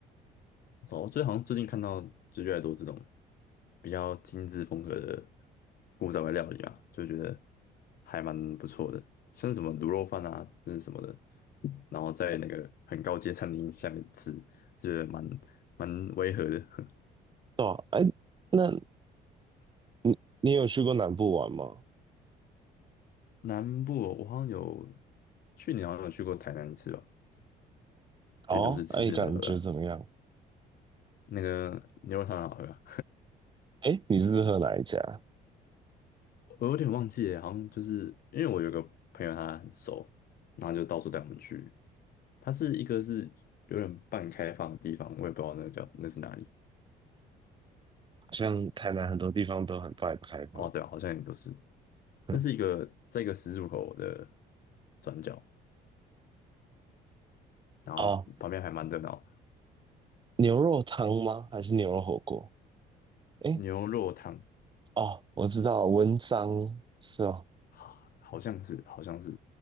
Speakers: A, on the left (about 60°); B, on the right (about 30°).
A: 哦，最好像最近看到就越来越多这种比较精致风格的古早味料理啊，就觉得还蛮不错的，像是什么卤肉饭啊，这是什么的，然后在那个很高阶餐厅下面吃，就是蛮蛮违和的。<laughs>
B: 对啊，哎，那你你有去过南部玩吗？
A: 南部哦我好像有去年好像有去过台南吃次吧，就都是吃吃喝喝啊，
B: 哦，哎，感觉怎么样？
A: 那个牛肉汤很好喝啊，
B: 哎，你是喝哪一家？
A: <laughs> 我有点忘记了，好像就是因为我有个朋友他很熟，然后就到处带我们去。它是一个是有点半开放的地方，我也不知道那个叫那是哪里。
B: 好像台南很多地方都很快开放。
A: 哦，对啊，好像也都是，
B: <laughs>
A: 那是一个在一个十字路口的转角，然后旁边还蛮热闹的
B: 哦，牛肉汤吗？还是牛肉火锅？诶，
A: 牛肉汤，
B: 哦，我知道，文章是哦，
A: 啊好像是好像是，